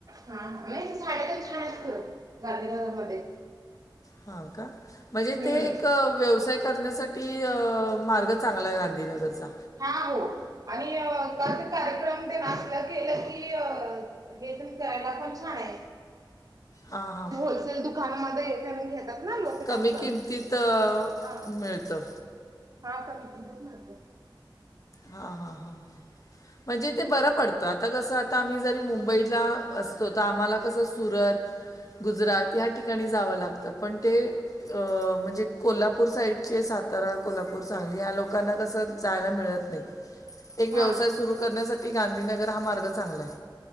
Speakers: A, on the right; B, on the left.
A: हा नाहीं साड्यां पंण छांन असतांत गांधीनगरमध्यें
B: हां कां म्हणजे
A: हम्म.
B: ते एक व्यवसांय करण्यासाठीं मार्ग चांगला आहे. गांधीनगरचां
A: हा हो आणि कसंला कार्यक्रम ते केलं कीं अ तेच्यांत कायं आहे ते पणं छांन आहे
B: हां आ
A: दुसऱ्या दुकानांमध्ये घेतांत नां लोकं
B: कमी
A: जास्तं
B: किमतीत अ,
A: हां
B: मिळतं.
A: हा का कम ति ना <unintelligible> त
B: हा हा हां हां म्हणजे ते बरं पडतं आतां कसं आतां आम्हीं जरी मुंबईला असतों तरी आम्हांला कसं सुरत गुजरांत ह्या ठिकाणीं जावं लागतं पणं ते म्हणजे कोल्हापूर साईडचे सातारा कोल्हापूर सांगली ह्या लोकांना कसं जांयला मिळतं नाहीं एक व्यवसांय
A: हा
B: सुरू करण्यांसाठीं गांधीनगर हा मार्ग चांगला आहे.